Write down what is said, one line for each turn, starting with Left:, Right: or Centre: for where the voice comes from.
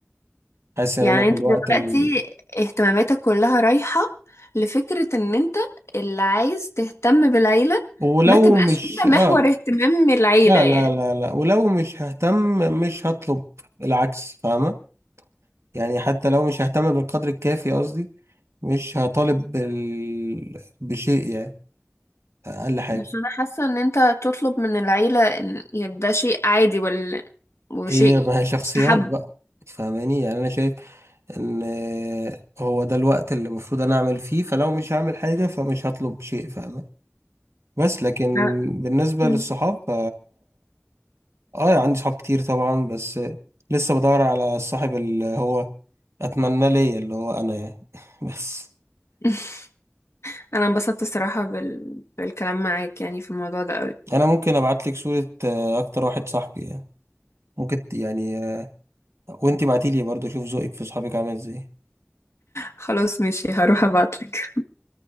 Right: حاسس ان
Left: يعني
Right: انا في
Left: انت
Right: الوقت
Left: دلوقتي
Right: ال...
Left: اهتماماتك كلها رايحة لفكرة ان انت اللي عايز تهتم بالعيلة
Right: ولو
Left: ما تبقاش
Right: مش
Left: انت محور
Right: اه
Left: اهتمام العيلة
Right: لا
Left: يعني
Right: لا لا لا ولو مش ههتم مش هطلب العكس فاهمة يعني حتى لو مش ههتم بالقدر الكافي قصدي مش هطالب بال... بشيء يعني اقل حاجة
Left: بس انا حاسة ان انت تطلب من العيلة ان يعني ده شيء عادي ولا وشيء
Right: ايه ما هي شخصيات
Left: مستحب
Right: بقى فاهماني يعني انا شايف ان آه، هو ده الوقت اللي المفروض انا اعمل فيه فلو مش هعمل حاجة فمش هطلب شيء فاهمة بس لكن
Left: لا.
Right: بالنسبة
Left: مم.
Right: للصحاب ف... اه يعني عندي صحاب كتير طبعا بس لسه بدور على الصاحب اللي هو اتمنى ليا اللي هو انا يعني <laughs> بس
Left: <laughs> انا انبسطت الصراحة بال... بالكلام معاك يعني في الموضوع ده قوي
Right: انا ممكن ابعت لك صورة آه، اكتر واحد صاحبي يعني ممكن ت- يعني آه، وانتي بعتيلي برضه اشوف ذوقك في صحابك عامل ازاي
Left: خلاص ماشي هروح ابعتلك